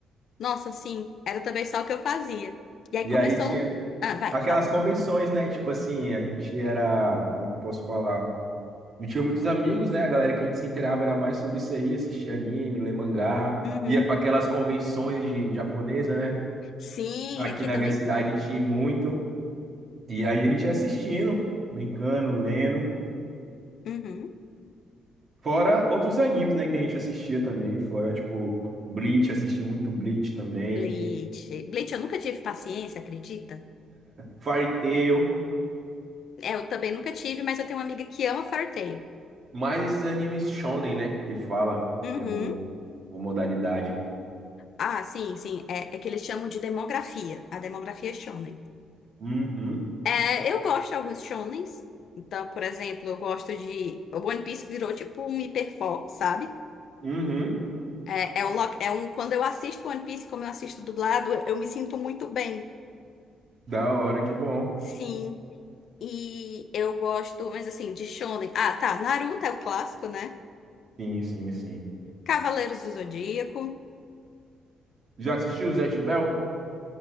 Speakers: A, on the left; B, on the right.
A: Nossa, sim. Era também só o que eu fazia. E aí
B: E
A: começou.
B: aí tinha
A: Ah, vai,
B: Aquelas
A: fala.
B: convenções, né? Tipo assim, a gente era. Como é que eu posso falar? Não tinha muitos amigos, né? A galera que a gente se inteirava era mais sobre isso aí, assistia anime, lê mangá,
A: Uhum.
B: ia para aquelas convenções de japonesa, né?
A: Sim,
B: Aqui
A: aqui
B: na
A: também
B: minha cidade
A: tem.
B: tinha muito. E aí a gente ia assistindo, brincando, lendo.
A: Uhum.
B: Fora outros animes, né? Que a gente assistia também. Fora, tipo, Bleach, assisti muito Bleach também.
A: Bleach. Bleach, eu nunca tive paciência, acredita?
B: Fairy Tail.
A: É, eu também nunca tive, mas eu tenho uma amiga que ama Fartale.
B: Mais esses animes shonen, né? Que fala,
A: Uhum.
B: que é o, uma modalidade.
A: Ah, sim, sim. É, é que eles chamam de demografia. A demografia é shonen.
B: Uhum,
A: É, eu gosto de alguns shonens. Então, por exemplo, eu gosto de... O One Piece virou tipo um hiperfoco, sabe?
B: uhum.
A: É, é um, lo- é um... Quando eu assisto One Piece, como eu assisto dublado, eu, eu me sinto muito bem.
B: Da hora, que bom.
A: Sim. E eu gosto, mas assim, de shonen. Ah, tá. Naruto é o clássico, né?
B: Sim, sim, sim.
A: Cavaleiros do Zodíaco.
B: Já assistiu o Zatch Bell? <laughs>